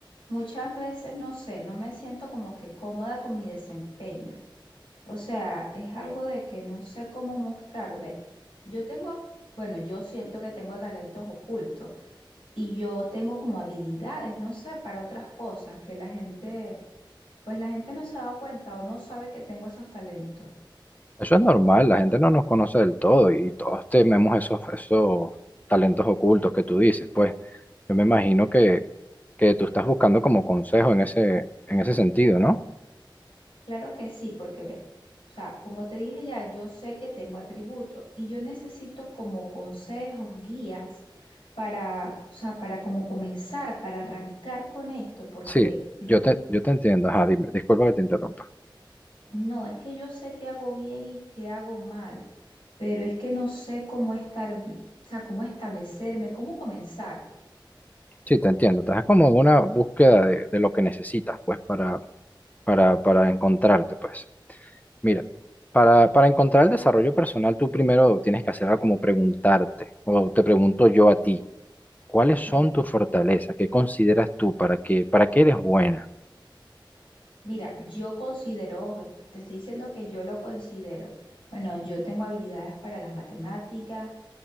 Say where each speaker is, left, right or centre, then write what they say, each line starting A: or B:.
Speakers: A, on the left (about 85°); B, on the left (about 20°).
A: Muchas veces, no sé, no me siento como que cómoda con mi desempeño. O sea, es algo de que no sé cómo mostrarlo. Ve, yo tengo, bueno, yo siento que tengo talentos ocultos y yo tengo como habilidades, no sé, para otras cosas que la gente, pues la gente no se ha dado cuenta o no sabe que tengo esos talentos.
B: Eso es normal, la gente no nos conoce del todo y todos tenemos esos, esos talentos ocultos que tú dices. Pues yo me imagino que, que tú estás buscando como consejo en ese, en ese sentido, ¿no?
A: Claro que sí, porque ve, o sea, como te dije ya, yo sé que tengo atributos y yo necesito como consejos, guías para, o sea, para como comenzar, para arrancar con esto, porque
B: Sí,
A: ve, yo,
B: yo te, yo te entiendo.
A: ajá,
B: Ajá, dime, disculpa que te interrumpa.
A: no, es que yo sé qué hago bien y qué hago mal, pero es que no sé cómo estar, bi- o sea, cómo establecerme, cómo comenzar.
B: Sí, te entiendo. Estás como en una búsqueda de, de lo que necesitas, pues, para, para, para encontrarte, pues. Mira, para, para encontrar el desarrollo personal, tú primero tienes que hacer algo como preguntarte, o te pregunto yo a ti, ¿cuáles
A: Ok,
B: son tus fortalezas? ¿Qué consideras tú? ¿Para qué, para qué eres buena?
A: mira, yo considero, ojo, te estoy diciendo que yo lo considero. Bueno, yo tengo habilidades para las matemáticas